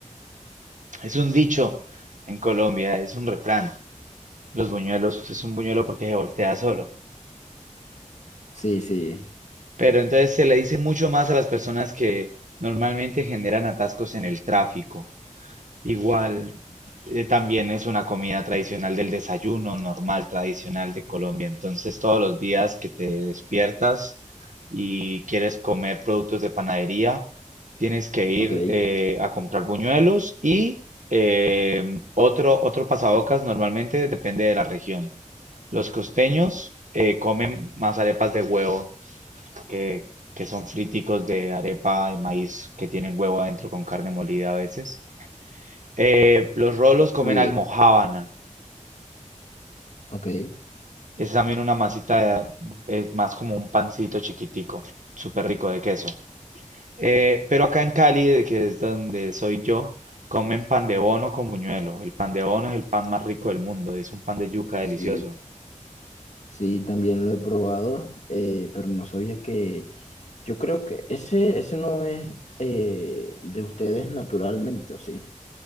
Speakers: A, on the right; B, on the left.
A: Es un dicho en Colombia, es un refrán. Los buñuelos pues, es un buñuelo porque se voltea solo.
B: Sí, sí,
A: Pero entonces se le dice mucho más a las personas que normalmente generan atascos en el tráfico. Igual, eh, también es una comida tradicional del desayuno normal, tradicional de Colombia. Entonces, todos los días que te despiertas y quieres comer productos de panadería, tienes que ir
B: ok.
A: eh, a comprar buñuelos y eh, otro, otro pasabocas normalmente depende de la región. Los costeños eh, comen más arepas de huevo, que, que son friticos de arepa de maíz que tienen huevo adentro con carne molida a veces. Eh, los rolos comen
B: Fluido,
A: almojábana.
B: ok.
A: Es también una masita, eh, es más como un pancito chiquitico, súper rico de queso. Eh, pero acá en Cali, de que es donde soy yo, comen pan de bono con buñuelo. El pan de bono es el pan más rico del mundo, es un pan de yuca delicioso.
B: Sí. Sí, también lo he probado, eh, pero no sabía que... Yo creo que ese, ese no es eh, de ustedes naturalmente, ¿o sí?